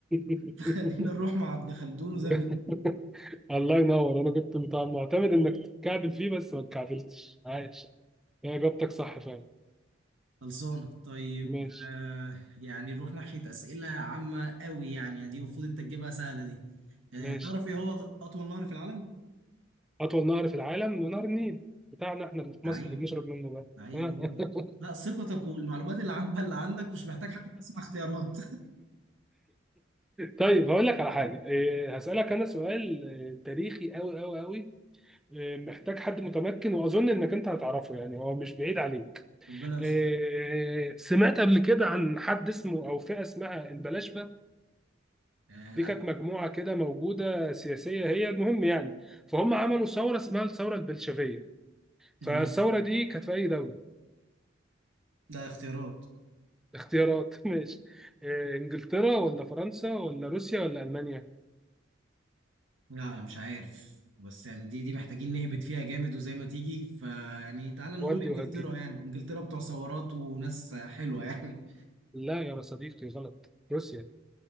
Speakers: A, in the centre; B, on the right.
A: <laughs>
B: فخلينا نروح مع ابن خلدون
A: <laughs>
B: وزي ما تيجي
A: الله ينور انا كنت متع- معتمد انك تتكعبل فيه بس ما اتكعبلتش عايش هي اجابتك صح فعلا
B: خلصانه طيب
A: ماشي
B: آه يعني نروح ناحيه اسئله عامه قوي يعني دي المفروض انت تجيبها سهله دي آه
A: ماشي
B: تعرف ايه هو اطول نهر في العالم؟
A: اطول نهر في العالم نهر النيل بتاعنا احنا اللي في
B: لعيب
A: مصر اللي بنشرب منه ده
B: لعيب
A: <laughs>
B: يعني لا ثقتك والمعلومات اللي عامه اللي عندك مش محتاج حد تسمع اختيارات
A: طيب هقول لك على حاجه إيه، هسالك انا سؤال إيه، تاريخي قوي قوي قوي محتاج حد متمكن واظن انك انت هتعرفه يعني هو مش بعيد عليك
B: <laughs> ربنا يستر
A: آه، سمعت قبل كده عن حد اسمه او فئه اسمها البلاشفه
B: آه لا
A: دي كانت مجموعه كده موجوده سياسيه هي المهم يعني فهم عملوا ثوره اسمها الثوره البلشفيه فالثوره
B: جميل
A: دي كانت في اي دوله
B: ده اختيارات
A: اختيارات <laughs> ماشي آه، انجلترا ولا فرنسا ولا روسيا ولا المانيا
B: لا انا مش عارف بس يعني دي دي محتاجين نهبط فيها جامد وزي ما تيجي فيعني تعالى نقول
A: ودي
B: انجلترا
A: وهجي
B: يعني انجلترا بتوع ثورات وناس حلوة يعني
A: لا يا صديقي غلط روسيا